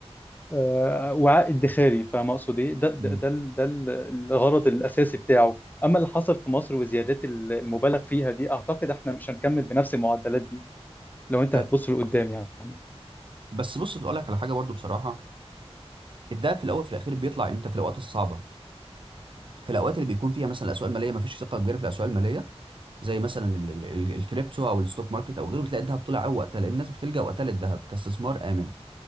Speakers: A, on the left (about 15°); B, on the right (about 50°).
A: آه، وعاء ادخاري فاهم اقصد ايه ده ده
B: مم.
A: ده ال- ده ال- الغرض الاساسي بتاعه اما اللي حصل في مصر وزيادات ال- المبالغ فيها دي اعتقد احنا مش هنكمل بنفس المعدلات دي لو انت
B: أه،
A: هتبص لقدام يعني
B: بس بص بقول لك على حاجه برضو بصراحه الدهب في الاول في الاخير بيطلع امتى في الاوقات الصعبه في الاوقات اللي بيكون فيها مثلا الاسواق الماليه ما فيش ثقه كبيره في الاسواق الماليه زي مثلا ال- ال- ال- الكريبتو او الستوك ماركت او غيره بتلاقي الذهب طلع قوي وقتها لان الناس بتلجأ وقتها للذهب كاستثمار امن